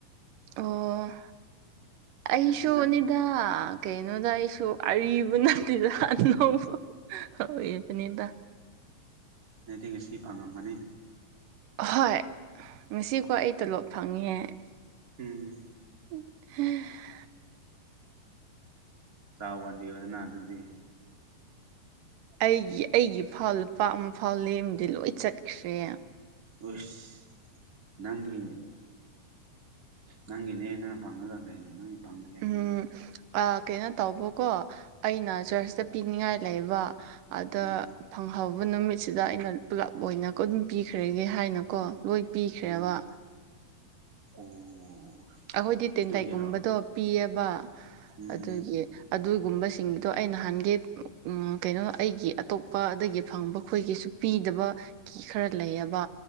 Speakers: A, on the right; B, on the right.
A: ꯑꯣ ꯑꯩꯁꯨꯅꯤ
B: ꯉꯁꯤꯅ
A: ꯗ ꯀꯩꯅꯣꯗ ꯑꯩꯁꯨ ꯑꯔꯤꯕ ꯅꯠꯇꯦꯗ ꯑꯅꯧꯕ ꯍꯣꯏꯕꯅꯤꯗ
B: ꯑꯗꯨꯗꯤ ꯉꯁꯤ ꯐꯪꯉꯝꯃꯅꯤ
A: ꯍꯣꯏ ꯉꯁꯤꯀꯣ ꯑꯩ ꯇꯣꯂꯣꯞ ꯐꯪꯉꯍꯦ
B: ꯎꯝ
A: ꯎꯝ <inaudible>
B: ꯆꯥꯎꯥ <inaudible> ꯛ ꯋꯥꯟꯗꯤꯌꯗꯅ ꯑꯗꯨꯗꯤ
A: ꯑꯩꯒꯤ ꯑꯩꯒꯤ ꯏꯐꯥꯎ ꯂꯨꯄꯥ ꯑꯃ ꯐꯥꯎ ꯂꯦꯝꯃꯗꯤ ꯂꯣꯏ ꯆꯠꯈ꯭ꯔꯦ
B: ꯑꯁ ꯅꯪꯗꯤ ꯅꯪꯒꯤꯅꯦ ꯅꯪ ꯐꯪꯉꯒ ꯀꯩꯅꯣ ꯅꯪꯒꯤ ꯐꯪꯗꯦ ꯍꯥꯏꯗꯨꯕꯨ
A: ꯎꯝ ꯀꯩꯅꯣ ꯇꯧꯕꯀꯣ ꯑꯩꯅ ꯆꯔꯆꯇ ꯄꯤꯅꯤꯡꯉꯥꯏ ꯂꯩꯕ ꯑꯗ
B: ꯎꯝ
A: ꯐꯪꯍꯧꯕ ꯅꯨꯃꯤꯠꯁꯤꯗ ꯑꯩꯅ ꯄꯨꯂꯞ ꯑꯣꯏꯅ ꯀ ꯑꯗꯨꯝ ꯄꯤꯈ꯭ꯔꯒꯦ ꯍꯥꯏꯅꯀꯣ ꯂꯣꯏ ꯄꯤꯈ꯭ꯔꯦꯕ
B: ꯎꯝ ꯑꯣ
A: ꯑꯩꯈꯣꯏꯗꯤ ꯇꯦꯟꯇꯩꯛꯀꯨꯝꯕꯗꯣ
B: ꯑꯗꯨꯒꯤꯔꯣ
A: ꯄꯤꯑꯦꯕ
B: ꯎꯝ
A: ꯑꯗꯨꯒꯤ ꯑꯗꯨꯒꯨꯝꯕꯁꯤꯡꯗꯣ ꯑꯩ ꯅꯍꯥꯟꯒꯩ ꯎꯝ ꯀꯩꯅꯣ ꯑꯩꯒꯤ ꯑꯇꯣꯞꯄ ꯗꯒꯤ ꯐꯪꯕ ꯈꯣꯏꯒꯤꯁꯨ ꯄꯤꯗꯕ ꯃꯤ ꯈꯔ ꯂꯩꯌꯦꯕ